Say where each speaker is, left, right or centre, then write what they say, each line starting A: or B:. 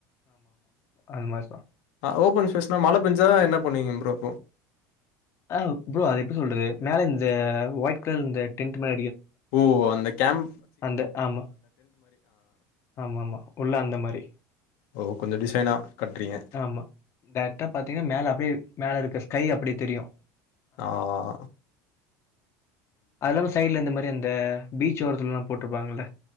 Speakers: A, on the left; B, on the left.
A: அதுமாரின்
B: ஆஹ் ஓபன் ஸ்பேஸ்னா மழை பெஞ்சா என்ன பண்ணுவீங்க ப்ரோ அப்போ
A: ஆ ப்ரோ அது எப்டி சொல்றது மேல இந்த ஒயிட் கலர் இந்த டெண்ட் மே
B: ஓ அந்த கேம்
A: அந்த ஆமா ஆமா ஆமா உள்ள அந்த மாதிரி
B: ஓ! கொஞ்சம் டிசைனா கட்டுறீங்க.
A: ஆமா டேரக்டா பாத்தீங்கன்னா மேல அப்படியே மேல இருக்க ஸ்கை அப்படி தெரியும்
B: ஆஆ
A: அதெல்லாம் சைட்ல இந்த மாதிரி அந்த பீச் ஒரத்தல்லாம் போட்டுருப்பாங்களல